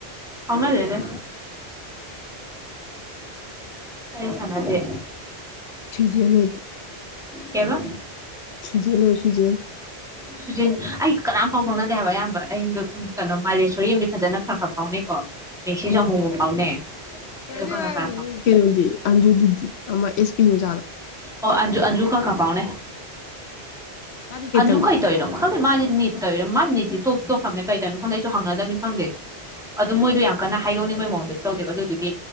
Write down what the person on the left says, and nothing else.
ꯁꯤꯖꯤꯅꯗꯤ
ꯁꯨꯖꯤꯦ ꯅ ꯁꯨꯖꯤ
ꯎꯝ
ꯑꯦꯗꯤ
ꯀꯩꯅꯣꯗꯤ ꯑꯟꯖꯨ ꯑꯃ ꯑꯦꯁ ꯄꯤ ꯑꯣ ꯆꯥꯔꯣ
ꯃꯥꯗꯤ
ꯇꯝꯃꯤꯒꯦ